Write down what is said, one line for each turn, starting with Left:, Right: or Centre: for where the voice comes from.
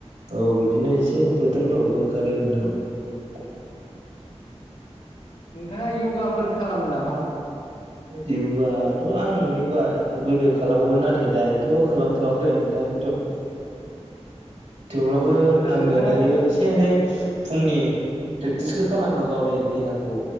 Right: औ बिदिनो एसे फोथारफोरावबो ओंखारो नोंथां
Left: नोंथाङा यगाफोर खालामो नामा
Right: यगाथ' आं य'गा गोदो खालामोमोन नाथाय दायथ' खालामथ'वाखै नोंथां थ'
Left: <inaudible>
Right: थेवब्लाबो
Left: औ नोंथां
Right: आङो
Left: नोंथाङा
Right: दायो एसे एनै फुंनि प्रेक्टिसखौ खालामो गावनि देहाखौ